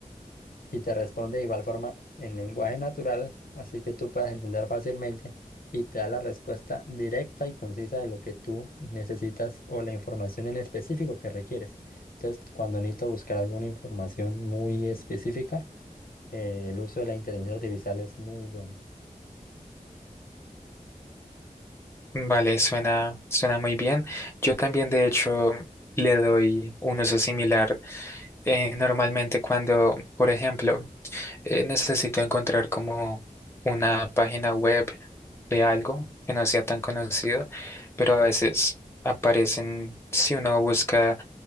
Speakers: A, on the left; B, on the left.
A: y te responde de igual forma en lenguaje natural, así que tú puedas entender fácilmente y te da la respuesta directa y concisa de lo que tú necesitas o la información en específico que requieres. Entonces, cuando necesito buscar alguna información muy específica, eh, el uso de la inteligencia artificial es muy bueno.
B: Vale, suena, suena muy bien. Yo también, de hecho, le doy un uso similar. eh, normalmente cuando, por ejemplo, eh, necesito encontrar como una página web de algo que no sea tan conocido, pero a veces aparecen, si uno busca